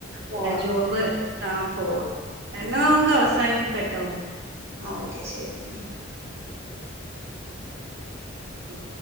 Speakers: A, on the right (about 70°); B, on the right (about 55°).
A: പോവാ.
B: ജോബ് പോവാ. എന്നാ നമുക്ക് അവസാനിപ്പിക്കാട്ടോ?
A: ആഹ് ഓക്കെ ശെരി ഉം
B: ഉം.